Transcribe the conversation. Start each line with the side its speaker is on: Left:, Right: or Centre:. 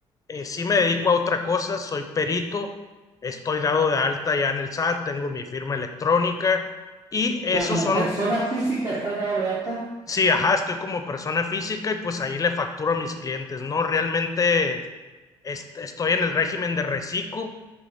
Left: eh, sí me dedico a otra cosa, soy perito, estoy dado de alta ya en el SAT, tengo mi firma electrónica y esos
Right: Como
Left: son,
Right: persona física, ¿estás dado de alta?
Left: sí, ajá, estoy como persona física y pues ahí le facturo a mis clientes, ¿no? Realmente est- estoy en el régimen de reciclo